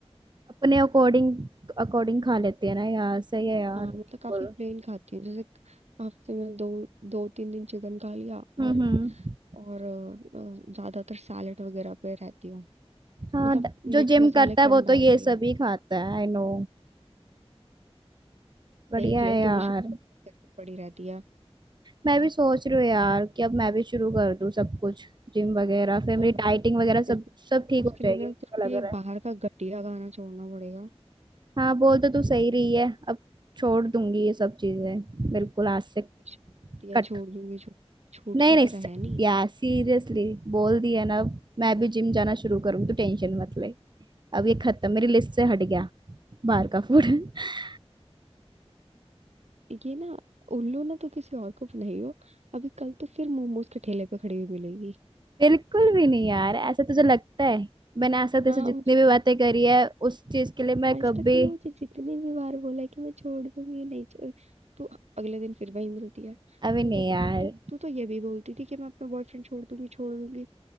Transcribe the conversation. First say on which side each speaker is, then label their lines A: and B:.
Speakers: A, on the right; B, on the right.
A: अपने अकॉर्डिंग अकॉर्डिंग खा लेते हैं ना यार सही है यार
B: हाँ मतलब काफी
A: बोल
B: प्लेन खाती हूँ जैसे हफ्ते में दो दो तीन दिन चिकन खा लिया
A: हम्म
B: और
A: हम्म
B: और अ, अ, ज्यादातर सैलेड वगैरह पे रहती हूँ
A: हाँ
B: मतलब
A: ड-
B: मिर्च
A: जो जिम
B: मसाले
A: करता है
B: कम
A: वो
B: डालती
A: तो ये सब
B: हूँ
A: ही खाता है आई नो बढ़िया
B: देख ले
A: है यार
B: तू भी शुगर करके पड़ी रहती है
A: मैं भी सोच रही हूँ यार कि अब मैं भी शुरू कर दूँ सब कुछ जिम वगैरह फिर मेरी
B: और बस
A: डाइटिंग वगैरह
B: तेरे
A: सब
B: को
A: सब ठीक
B: उसके
A: हो जाएगी
B: लिए ना
A: मुझे
B: तेरे
A: तो
B: को
A: लग
B: ये
A: रहा है
B: बाहर का घटिया खाना छोड़ना पड़ेगा
A: हाँ बोल तो तू सही रही है अब छोड़ दूंगी ये सब चीजें बिल्कुल आज से
B: घटिया
A: कट
B: छोड़ दूंगी छो, छूटता
A: नहीं नहीं
B: तेरा
A: स-
B: है नहीं
A: यार सीरियसली बोल दिया ना अब मैं भी जिम जाना शुरू करूंगी तो टेंशन मत ले अब ये खत्म मेरी लिस्ट से हट गया बाहर का फूड <laughs>
B: ये ना उल्लू ना तो किसी और को नहीं हो अभी कल तो फिर मोमोज के ठेले पे खड़ी हुई मिलेगी
A: बिल्कुल भी नहीं यार ऐसा तुझे लगता है मैंने आज तक जैसे
B: हाँ
A: जितनी
B: मुझे
A: भी बातें करी है उस चीज के लिए मैं
B: आज
A: कभी
B: तक तूने मुझे जितनी भी बार बोला है कि मैं छोड़ दूंगी नहीं छोड़ तू अगले दिन फिर वही मिलती है
A: अभी
B: तू
A: नहीं
B: तो क्या-
A: यार
B: तू तू तो ये भी बोलती थी कि मैं अपना बॉयफ्रेंड छोड़ दूंगी छोड़ दूंगी